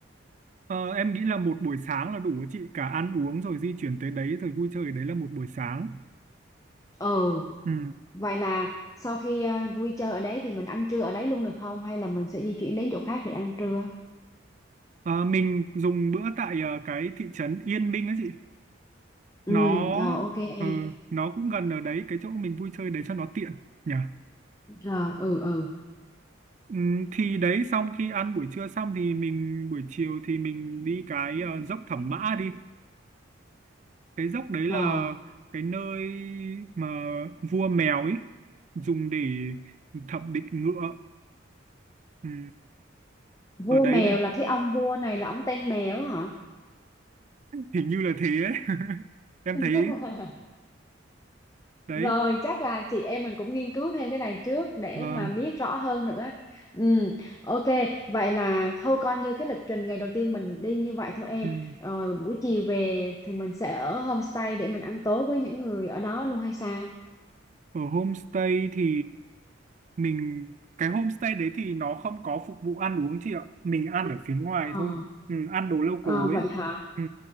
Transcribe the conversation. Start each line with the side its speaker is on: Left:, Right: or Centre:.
Right: Ờ, em nghĩ là một buổi sáng là đủ ấy chị cả ăn uống rồi di chuyển tới đấy rồi vui chơi ở đấy là một buổi sáng
Left: ừ
Right: ừ.
Left: vậy là sau khi à, vui chơi ở đấy thì mình ăn trưa ở đấy luôn được không hay là mình sẽ di chuyển đến chỗ khác để ăn trưa
Right: Ờ, mình dùng bữa tại ờ, cái thị trấn Yên Minh á chị
Left: Ừ,
Right: nó
Left: rồi ok em.
Right: ờ, nó cũng gần ở đấy cái chỗ mình vui chơi đấy cho nó tiện nhỉ
Left: Rồi, ừ ừ,
Right: Ừ, thì đấy xong khi ăn buổi trưa xong thì mình buổi chiều thì mình đi cái ờ, dốc Thẩm Mã đi cái dốc đấy là
Left: rồi.
Right: cái nơi mà vua mèo ấy dùng để thẩm định ngựa ừ,
Left: Vua
Right: ở đấy
Left: mèo
Right: thôi
Left: là cái ông vua này là ông tên mèo hả?
Right: hình như là thế ấy. <laughs> em
Left: <laughs>
Right: thấy đấy
Left: Rồi chắc là chị em mình cũng nghiên cứu thêm cái này trước để
Right: và
Left: mà biết rõ hơn nữa. Ừ, ok, vậy là thôi coi như cái lịch trình ngày đầu tiên mình đi như vậy thôi em.
Right: ừ.
Left: Rồi buổi chiều về thì mình sẽ ở homestay để mình ăn tối với những người ở đó luôn hay sao?
Right: ở homestay thì mình cái homestay đấy thì nó không có phục vụ ăn uống chị ạ mình ăn ở phía ngoài
Left: Ờ,
Right: thôi ừ, ăn đồ local
Left: ờ vậy
Right: ấy
Left: hả?
Right: ừ.